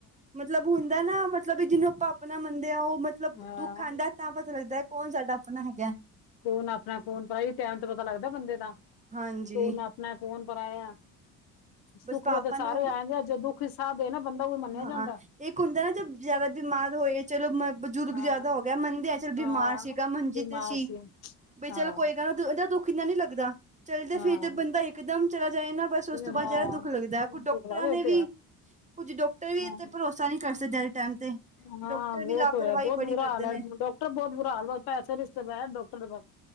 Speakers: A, on the right (about 15°); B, on the left (about 60°).
A: ਮਤਲਬ ਹੁੰਦਾ ਨਾ, ਮਤਲਬ ਵੀ ਜਿਨੂੰ ਆਪਾਂ ਅਪਨਾ ਮੰਨਦੇ ਆ ਓ ਮਤਲਬ
B: ਹਾਂ
A: ਦੁੱਖ ਆਂਦਾ ਤਾਂ ਪਤਾ ਲੱਗਦੈ, ਕੋਣ ਸਾਡਾ ਅਪਣਾ ਹੈਗਾ।
B: ਕੋਨ ਅਪਨਾ ਕੋਨ ਪਰਾਯਾ ਟੈਮ ਤੇ ਪਤਾ ਲਾਗਦਾ ਬੰਦੇ ਦਾ,
A: ਹਾਂਜੀ
B: ਕੋਨ ਅਪਨਾ ਕੋਨ ਪਰਾਏਆ। ਸੁੱਖ
A: ਬਸ ਪਾਪਾ
B: ਵੇਲ ਤਾਂ ਸਾਰੇ
A: ਨੂੰ
B: ਆਂਦੇ ਆ ਜਾਂਦੇ ਆ, ਜੋ ਦੁੱਖ ਵਿੱਚ ਸਾਥ ਦੇ ਨਾ ਬੰਦਾ ਓ ਮੰਨੇਆ
A: ਹਾਂ
B: ਜਾਂਦਾ।
A: ਇੱਕ ਹੁੰਦਾ ਨਾ ਜਬ ਜਾਦਾ ਬਿਮਾਰ ਹੋਏ। ਚਲੋ ਮ ਬਜ਼ੁਰਗ
B: ਹਾਂ
A: ਜਾਦਾ ਹੋ ਗੇਆ ਮੰਨਦੇ ਆ ਚੱਲ
B: ਹਾਂ
A: ਬਿਮਾਰ ਸੀਗਾ ਮੰਜੀ
B: ਬਿਮਾਰ
A: ਤੇ ਸੀ, ਬਈ
B: ਹਾਂ
A: ਚਲੋ ਕੋਈ ਗੱਲ ਓਦਾ ਦੁੱਖ ਇੰਨਾ ਨੀ ਲੱਗਦਾ, ਚੱਲਦੇ
B: ਹਾਂ
A: ਫਿਰਦੇ ਬੰਦਾ ਇੱਕ ਦਮ ਚਲਾ ਜਾਏ ਨਾ ਬਸ ਉਸ ਤੋਂ ਬੋਤ
B: ਹਾਂ
A: ਜਾਦਾ ਦੁੱਖ ਲੱਗਦੈ, ਕੁੱਝ ਡੋਕਟਰਾਂ
B: ਦਿਖਲਾਵੇ
A: ਨੇ ਵੀ
B: ਤੇ ਆ
A: ਕੁੱਝ ਡੋਕਟਰ ਵੀ
B: ਹਾਂ
A: ਏਥੇ ਭਰੋਸ ਸਾ ਨੀ ਕਰ ਸਕਦੇ ਆੱਜ ਦੇ ਟੈਮ ਤੇ।
B: ਹਾਂ ਵੋ
A: ਵੀ ਲਾਪਰਵਾਹੀ
B: ਤੋ ਹੈ, ਬੋਤ
A: ਬੜੀ
B: ਬੁਰਾ
A: ਕਰਦੇ
B: ਹਾਲ ਐ
A: ਨੇ
B: ਡੋਕ ਡੋਕਟਰ ਬੋਤ ਬੁਰਾ ਹਾਲ <unintelligible> ਪੈਸੇ ਰਿਸ਼ਤੇ ਪੈ ਡੋਕਟਰ ਦੇ ਬਸ।